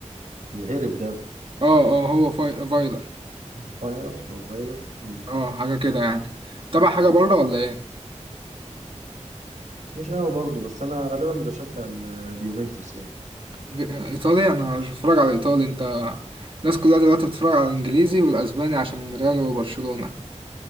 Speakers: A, on the right (about 85°); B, on the right (about 45°).
A: الهرب ده
B: اه اه هو فاي... فايلر
A: فاير او فايرر مم.
B: اه حاجة كده يعني تابع حاجة بره ولا ايه؟
A: مش قوي برضه بس انا غالبا بشجع ال- اليوفنتوس يعني
B: في- آه، ايطالي انا مش بتفرج على ايطالي انت الناس كلها دلوقتي بتتفرج على الانجليزي والاسباني عشان ريال وبرشلونة